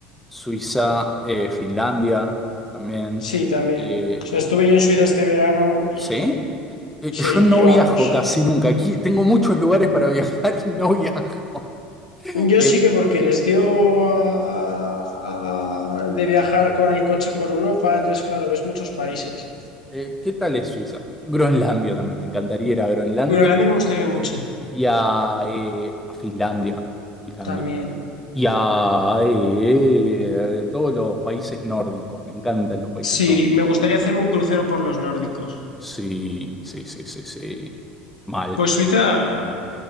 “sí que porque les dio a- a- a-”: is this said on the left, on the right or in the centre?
Left